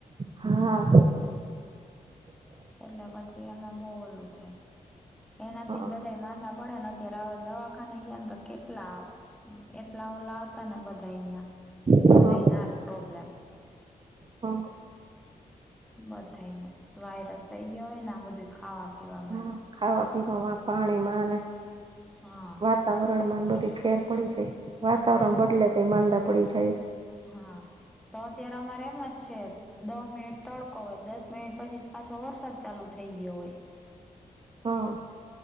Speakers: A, on the right (about 35°); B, in the centre.
A: હા
B: એટલે પછી એમાં બહુ ઓલું થાય એનાથી
A: હા
B: જ બધાય માંદા પડે ને અત્યારે આવા દવાખાને ગયા ને તો કેટલા એટલા ઓ આવતા ને બધા નયા
A: હા
B: બધાય ને આજ પ્રોબ્લેમ
A: હા
B: બધાય ને વાયરસ થઈ ગયો હોય ને આ બધું ખાવા પીવામાંને
A: હા ખાવા પીવા પાણીમાં ને-
B: હા
A: વાતાવરણ માં બધે ફેર પડી જાય ને વાતાવરણ
B: તો
A: બદલે ત ઈ માંદા પડી જાય-
B: હા તો અત્યારે અમારે એમ જ છે. દહ મિનિટ તડકો હોય દસ મિનિટ પછી પાછો વરસાદ ચાલુ થઈ ગયો હોય-
A: હા-